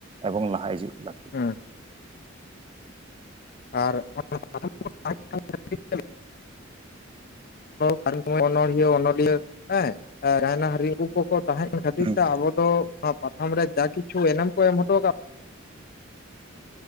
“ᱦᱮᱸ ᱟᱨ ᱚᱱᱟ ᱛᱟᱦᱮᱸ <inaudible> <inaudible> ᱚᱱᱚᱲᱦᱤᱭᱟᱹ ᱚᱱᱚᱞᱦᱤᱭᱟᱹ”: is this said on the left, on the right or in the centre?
Left